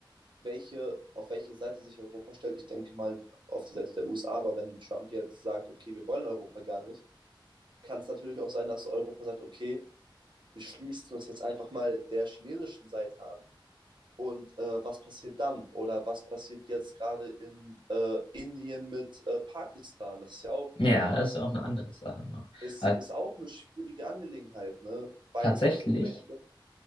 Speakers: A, on the right; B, on the left.
A: welche, auf welche Seite sich Europa stellt. Ich denke mal auf die Seite der USA, aber wenn Trump jetzt sagt, okay, wir wollen Europa gar nicht, kann es natürlich auch sein, dass Europa sagt, okay, wir schließen uns jetzt einfach mal der chinesischen Seite an. Und äh, was passiert dann? Oder was passiert jetzt gerade in äh, Indien mit äh, Pakistan? Das ist ja auch,
B: ja,
A: äh,
B: das ist auch eine andere Sache noch.
A: ist,
B: Aber
A: ist auch eine schwierige Angelegenheit, ne? Beides
B: tatsächlich
A: Atommächte.